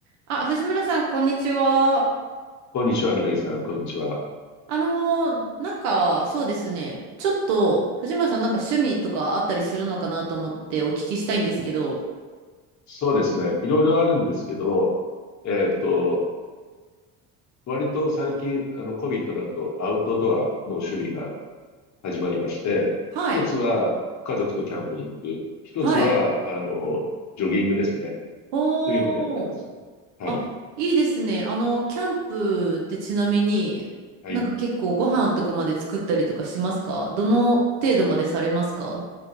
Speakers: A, on the right (about 75°); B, on the left (about 40°).
A: あ、藤村さん、こんにちは。
B: こんにちは、みのりさん、こんにちは。
A: あのーなんか、そうですね。ちょっと、藤村さん、なんか趣味とかあったりするのかなと思ってお聞きしたいんですけど。
B: そうですね。いろいろあるんですけど、えっと、割と最近、あの、COVID の後、アウトドアの趣味が始まりまして、
A: はい。
B: 一つは家族とキャンプに行く。一つは、
A: はい。
B: あの、ジョギングですね。
A: おー。
B: というのをやってます。はい。
A: あ、いいですね。あの、キャンプってちなみに、
B: はい。
A: なんか結構ご飯とかまで作ったりとかしますかどの程度までされますか